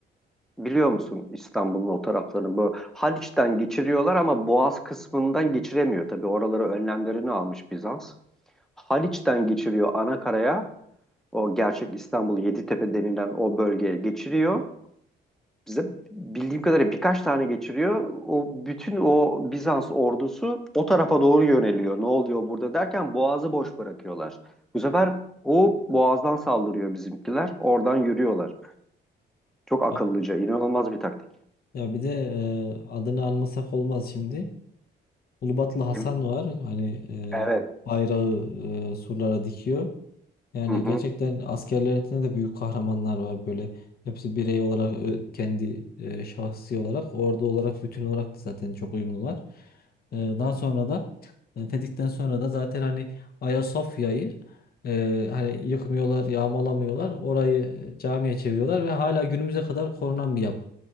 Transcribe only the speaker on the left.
Ya,
ya bir de e, adını anmasak olmaz şimdi. Ulubatlı Hasan
var hani
e, bayrağı e, surlara dikiyor. Yani
gerçekten askerlerin içinde de büyük kahramanlar var böyle. Hepsi birey olarak ö- kendi e, şahsi olarak ordu olarak bütün olarak da zaten çok uyumlular. E, daha sonra da e, Fetih'ten sonra da zaten hani Ayasofya'yı e, hani yıkmıyorlar, yağmalamıyorlar. Orayı e, camiye çeviriyorlar ve hala günümüze kadar korunan bir yapı.